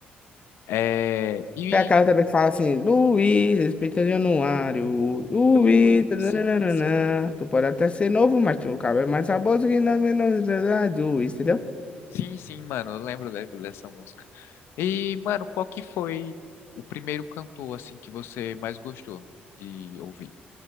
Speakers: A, on the left; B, on the left.
A: É, e,
B: Tem aquela também que fala assim: Luiz, respeita Januário. Luiz.
A: ui,
B: nananana,
A: sim, sim,
B: Tu pode até ser novo, mas tu cabe mais a bosta que na menor idade, Luiz, entendeu?
A: sim, sim, mano, eu lembro, lembro dessa música. E, mano, qual que foi o primeiro cantor, assim, que você mais gostou de ouvir?